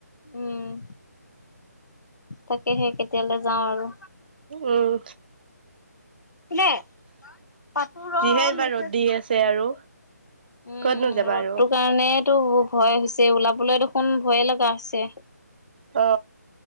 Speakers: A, on the left; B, on the right.
A: উম তাকেহে কেতিয়ালৈ যাওঁ আৰু
B: উম,
A: কোনে প ৰ
B: যিহে ইমান
A: মেছেজ
B: ৰ'দ
A: উম
B: দি আছে আৰু ক'তনো যাবা
A: ৰ'দটোৰ
B: আৰু
A: কাৰণে টো ভয় হৈছে ওলাবলৈ দেখোন ভয়ে লগা হৈছে
B: অ